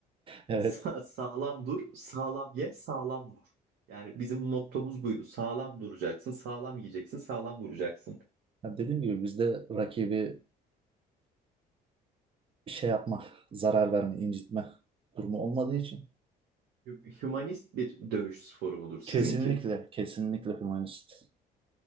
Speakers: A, on the right; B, on the right.
A: <laughs>
B: Evet.
A: Sa- sağlam dur. Sağlam ye. Sağlam vur. Yani bizim mottomuz buydu. Sağlam duracaksın. Sağlam yiyeceksin. Sağlam vuracaksın.
B: Ya dediğim gibi bizde rakibi şey yapma, zarar verme, incitme durumu olmadığı için
A: Hü- Hümanist bir dövüş sporu mudur sizinki?
B: kesinlikle, kesinlikle humanist